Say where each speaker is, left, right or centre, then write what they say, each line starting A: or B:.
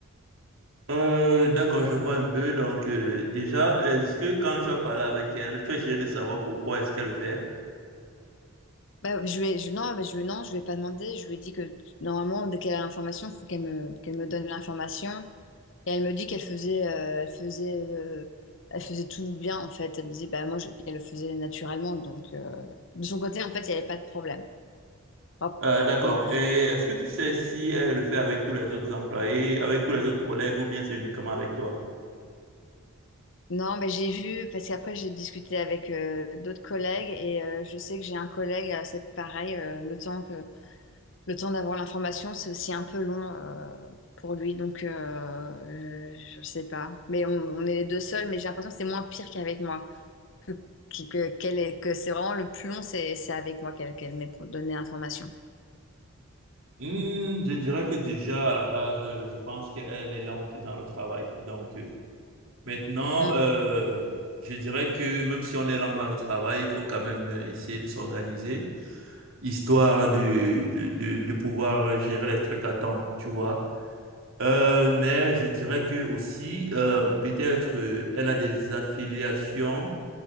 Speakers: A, on the right (about 65°); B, on the left (about 55°).
A: Euh, d'accord, je vois un peu. Donc, euh, déjà, est-ce que quand tu as parlé avec elle, tu as essayé de savoir pourquoi est-ce qu'elle le fait?
B: Bah, je vais, je, non, bah, je, lui- non, je vais pas demander. Je lui ai dit que normalement, dès qu'elle a l'information, il faut qu'elle me, qu'elle me donne l'information. Et elle me dit qu'elle faisait, euh, elle faisait, euh, elle faisait tout bien en fait. Elle me disait, bah moi, je- qu'elle le faisait naturellement. Donc, euh, de son côté, en fait, il n'y avait pas de problème. Hop.
A: Euh, d'accord.
B: Donc, je-
A: Et est-ce que tu sais si elle le fait avec tous les autres employés, avec tous les autres collègues, ou bien c'est uniquement avec toi?
B: Non, mais j'ai vu parce qu'après j'ai discuté avec euh, d'autres collègues et euh, je sais que j'ai un collègue, euh, c'est pareil. euh, le temps que le temps d'avoir l'information, c'est aussi un peu long euh, pour lui, donc euh, euh, je sais pas. Mais on, on est les deux seuls, mais j'ai l'impression que c'est moins pire qu'avec moi. Que, qui- que, qu'elle est- que c'est vraiment le plus long, c'est c'est avec moi qu'elle qu'elle m'est pour donner l'information.
A: Hmm, je dirais que déjà, à la base, euh, je pense qu'elle est lente dans le travail. Donc, euh, maintenant,
B: Hum.
A: euh, je dirais que même si on est lent dans le travail, il faut quand même euh, essayer de s'organiser. histoire de, de, de, de pouvoir gérer les trucs à temps, tu vois. Euh, mais je dirais que aussi, euh, peut-être, euh, elle a des affiliations